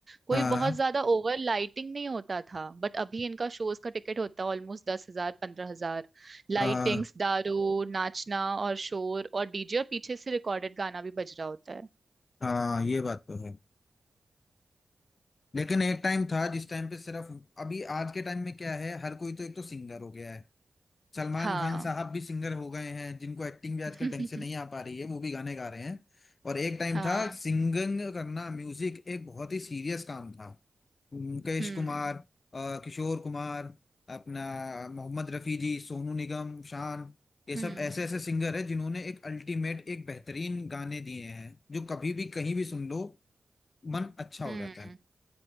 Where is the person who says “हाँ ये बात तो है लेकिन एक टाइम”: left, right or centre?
Left